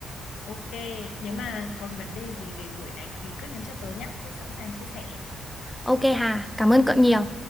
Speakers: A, on the left (about 80°); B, in the centre.
A: ok nếu mà còn vấn đề gì về buổi này thì cứ nhắn cho tớ nhé tớ sẵn sàng chia sẻ
B: Ok Hà, cảm ơn cậu nhiều.